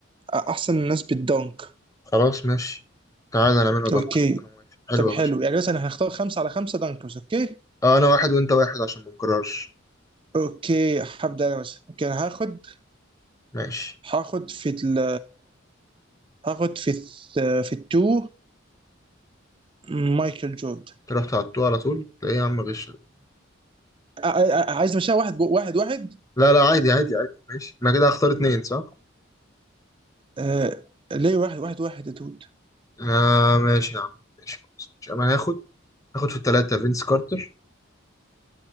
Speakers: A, on the right; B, on the left.
A: احسن الناس بالدانك
B: خلاص ماشي تعالى نعملها دانكرز
A: اوكي
B: أنا موافق حلو
A: طب
B: يا
A: حلو
B: باشا
A: يعني مثلا هنختار خمسة على خمسة دانكبس اوكي
B: آه أنا واحد وأنت واحد عشان ما نكررش
A: اوكي هبدأ انا مثلا اوكي انا هاخد
B: ماشي
A: هاخد في ال هاخد في الث- في التو مايكل جوردن
B: تروح تعطوه على طول إيه يا عم غش ده؟
A: ع- عايز نمشيها واحد بو- واحد واحد
B: لا لا عادي عادي عادي ماشي أنا كده هختار اتنين صح؟
A: آه ليه واحد واحد واحد يا دود
B: آه ماشي يا عم ماشي خلاص مش انا هاخد هاخد في التلاتة فينس كارتر